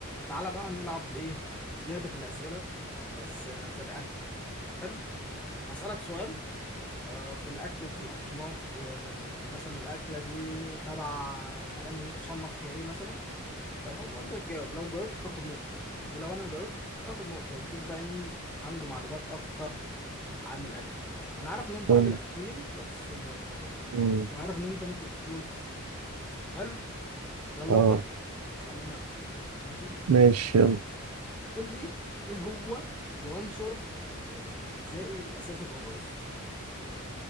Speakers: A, in the centre; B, on the right (about 85°).
A: تعالى بقى نلعب ايه لعبة الأسئلة بس آه، في الأكل حلو هسألك سؤال آه، في الأكل وفي الأصناف ومثلا الأكلة دي تبع أنهي تصنف كإيه مثلا تمام وأنت تجاوب لو جاوبت تاخد نقطة ولو أنا جاوبت آخد نقطة ونشوف بقى مين عنده معلومات أكتر عن الأكل أنا عارف إن أنت
B: مم.
A: راجل أكيل بس آه،
B: مم.
A: وعارف إن أنت ممكن تفوز حلو يلا
B: اه
A: أبدأ خلينا نبدأ ماشي
B: ماشي
A: قول لي ايه هو العنصر الغذائي الاساسي في الرز